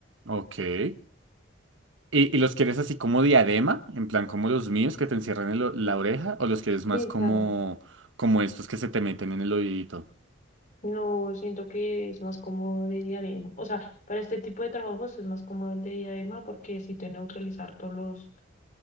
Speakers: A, on the right; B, on the left.
A: Ok. ¿Y, y los quieres así como diadema? En plan como los míos que te encierran en lo- la oreja. ¿O los quieres más
B: Sí,
A: como,
B: claro.
A: como estos que se te meten en el oídito?
B: No, siento que es más cómodo de diadema. O sea, para este tipo de trabajos es más cómodo el de diadema porque si te neutralizar todos los,